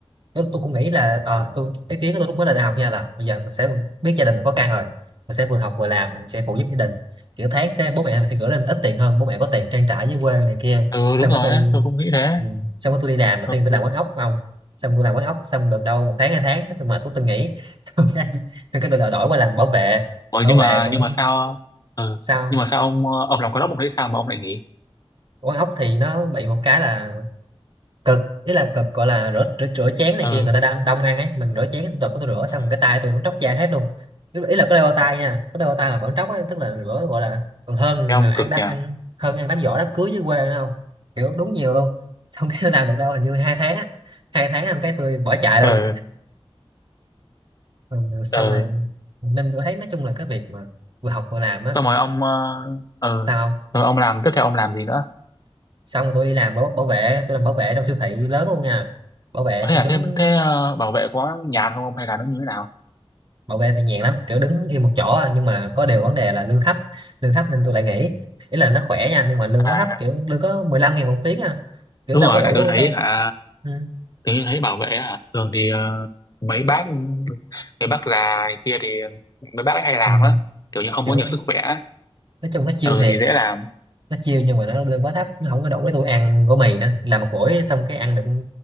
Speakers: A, on the right; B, on the left.
A: Nếu tôi cũng nghĩ là ờ, tôi cái kiến của tôi lúc mới lên đại học nha là bây giờ mình sẽ biết gia đình mình có căng rồi mình sẽ vừa học vừa làm mình sẽ phụ giúp gia đình kiểu tháng sẽ bố mẹ mình sẽ gửi lên ít tiền hơn bố mẹ có tiền trang trải dưới quê này kia
B: ừ đúng
A: xong
B: rồi
A: cái tôi
B: á tôi cũng nghĩ thế
A: ừ, xong cái tôi đi làm đầu
B: ừ.
A: tiên tôi
B: ừ.
A: làm quán ốc không xong tôi làm quán ốc xong được đâu một tháng hai tháng cái tôi mệt tôi tôi nghỉ <laughs> xong cái, xong cái tôi đổi qua làm bảo vệ
B: Ủa,
A: bảo
B: nhưng
A: vệ
B: mà
A: cũng
B: nhưng mà sao ờ, ừ.
A: sao
B: nhưng mà sao ông ờ, ông làm cái đó ông thấy sao mà ông lại nghỉ
A: quán ốc thì nó bị một cái là cực ý là cực gọi là rửa rửa, rửa chén này
B: ừ.
A: kia người ta đang đông ăn ấy mình rửa chén tôi tôi rửa
B: à.
A: xong cái tay tôi cũng tróc da hết luôn ý ý là có đeo bao tay nha có đeo bao tay là vẫn tróc ấy tức là rửa gọi là còn hơn
B: Thấy ông
A: mà ăn
B: cực
A: đá
B: nhỉ
A: ăn hơn ăn đám giỗ đám cưới dưới quê nữa không kiểu đúng nhiều luôn <laughs> xong cái tôi làm được đâu hình như hai tháng á hai tháng làm cái tôi bỏ chạy luôn
B: ừ
A: Ừ, xong
B: ờ
A: rồi nên tôi thấy nói chung là cái việc mà vừa học vừa làm á
B: xong rồi ông ờ ờ,
A: sao không?
B: rồi ông làm tiếp theo ông làm gì nữa
A: xong rồi tôi đi làm bảo, bảo vệ tôi làm bảo vệ trong siêu thị lớn luôn nha bảo vệ
B: thế
A: cũng
B: là
A: đứng
B: thế thế ờ, bảo vệ có nhàn không ông hay là nó như thế nào
A: bảo vệ thì nhàn lắm kiểu đứng yên một chỗ à, nhưng mà có điều vấn đề là lương thấp lương thấp nên tôi lại nghỉ ý là nó khỏe nha nhưng mà lương
B: à
A: quá thấp kiểu lương có 15 ngàn một tiếng à kiểu
B: đúng
A: đâu
B: rồi
A: có đủ
B: tại tôi thấy
A: đâu
B: hả
A: ừ.
B: tôi thấy bảo vệ hả thường thì ờ, mấy bác mấy bác già này kia thì mấy bác ấy hay làm
A: Ừ.
B: á kiểu như không
A: kiểu
B: có nhiều sức khỏe á.
A: nói chung nó chiêu
B: ừ
A: thiệt
B: thì dễ làm
A: nó chiêu nhưng mà nó lương quá thấp nó không có đủ để tôi ăn gói mì nữa làm một buổi xong cái ăn được